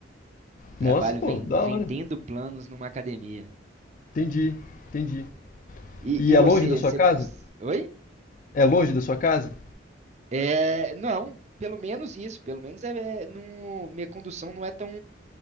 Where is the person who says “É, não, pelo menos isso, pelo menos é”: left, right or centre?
Right